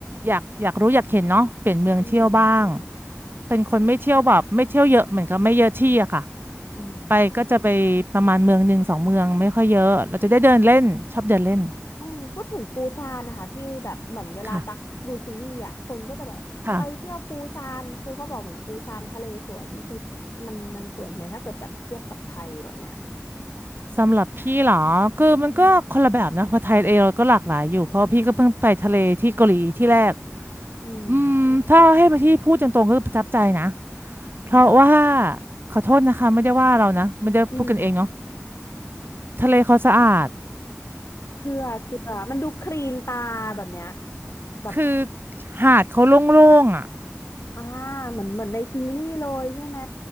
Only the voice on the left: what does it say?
อืม
อืม
อืมพูดถึงปูซานนะคะพี่แบบเหมือนเวลาตักดูซีรีส์อ่ะคนก็จะแบบไปเที่ยวปูซานคือเขาบอกเหมือนปูซานทะเลสวยนี่คือ
มันมันสวยไหมถ้าเกิดแบบเทียบกับไทยแบบเนี้ย
อืมอืม
อืม
อืม
เชื่อเชื่อ มันดูคลีนตาแบบเนี้ยแบบ
อ่าเหมือนเหมือนในซีรีส์เลยใช่ไหม